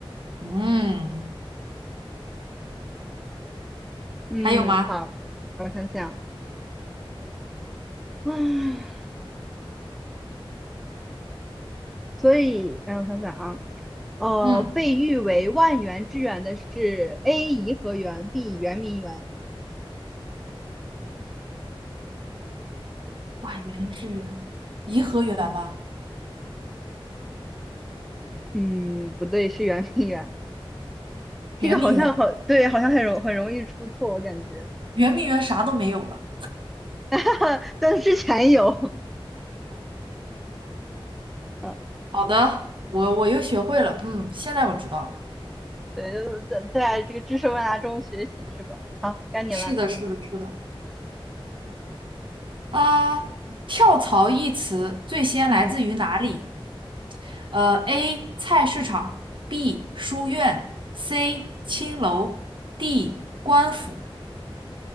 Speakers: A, on the right; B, in the centre.
A: 嗯，
B: 嗯，
A: 还有吗？
B: 好，我想想，唉。所以，让我想想啊，呃，
A: 嗯，
B: 被誉为万园之园的是 A 颐和园，B 圆明园。
A: 万园之园，颐和园吧，
B: 嗯，不对，是圆明园。
A: 圆明园。
B: 这个好像好，对，好像很容很容易出错，我感觉。
A: 圆明园啥都没有了。
B: <laughs> 哈哈，但是之前有，嗯
A: 好的，我我又学会了，
B: 嗯，
A: 嗯，现在我知道了。
B: 对，在在这个知识问答中学习是吧？好，该你了。
A: 是的，是的，是的。啊、跳槽一词最先来自于哪里？
B: 嗯
A: 呃，A. 菜市场，B.
B: 嗯，
A: 书院，C. 青楼，D. 官府。